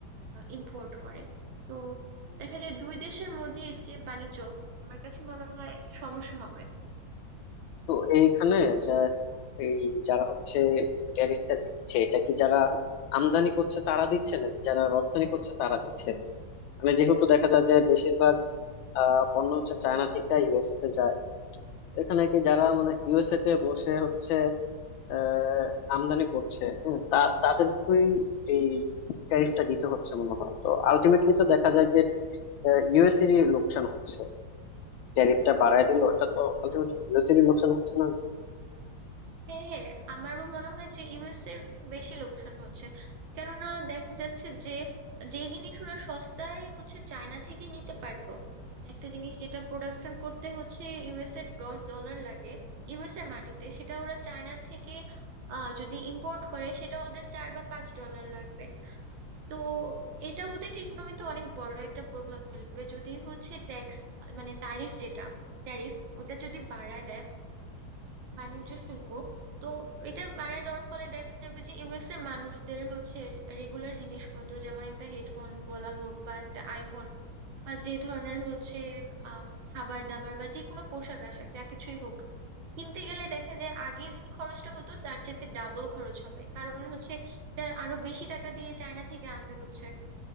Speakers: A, on the right; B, on the left.
A: ইম্পোর্ট করে তো দেখা যায় দুই দেশের মধ্যে যে বাণিজ্য আমার কাছে মনে হয় সমস্যা হবে
B: তো এইখানে যে এই যারা হচ্ছে ট্যারিফটা দিচ্ছে এটা কি যারা আমদানি করছে তারা দিচ্ছে নাকি যারা রপ্তানি করছে তারা দিচ্ছে মানে যেহেতু দেখা যায় যে বেশিরভাগ আহ পণ্য হচ্ছে চায়না থেকে ইউএসএ তে যায় এখানে কি যারা মানে ইউএসএ তে বসে হচ্ছে আহ আমদানি করছে হ্যাঁ, তা তাদেরকেই এই ট্যারিফটা দিতে হচ্ছে মনে হয় তো আলটিমেটলি তো দেখা যায় যে ইউএসএরই লোকসান হচ্ছে ট্যারিফটা বাড়ায় দিল এটা তো আলটিমেটলি ইউএসএরই লোকসান হচ্ছে না
A: হ্যাঁ হ্যাঁ আমারও মনে হয় যে ইউএস এর একটু বেশি লোকসান হচ্ছে কেননা দেখা যাচ্ছে যে যে জিনিস ওরা সস্তায় হচ্ছে চায়না থেকে নিতে পারতো একটা জিনিস যেটা প্রোডাকশন করতে হচ্ছে ইউএস এর দশ ডলার লাগে ইউএস এর মাটিতে সেটা ওরা চায়না থেকে আহ যদি ইম্পোর্ট করে সেটা ওদের চার বা পাঁচ ডলার লাগবে তো এটা ওদের ইকোনমিতে অনেক বড় একটা প্রভাব ফেলবে যদি হচ্ছে ট্যাক্স মানে তারিফ যেটা ট্যারিফ ওটা যদি বাড়ায় দেয় বাণিজ্য শুল্ক তো এটা বাড়ায় দেওয়ার ফলে দেখা যাবে যে ইউএস এর মানুষদের হচ্ছে রেগুলার জিনিসপত্র যেমন একটা হেডফোন বলা হোক বা একটা আইফোন বা যে ধরনের হচ্ছে আম, খাবার দাবার বা যে কোনো পোশাক আশাক যা কিছুই হোক কিনতে গেলে দেখা যায় আগে যে খরচটা হতো তার চেয়ে ডাবল খরচ হবে কারণ হচ্ছে এটা আরো বেশি টাকা দিয়ে চায়না থেকে আনতে হচ্ছে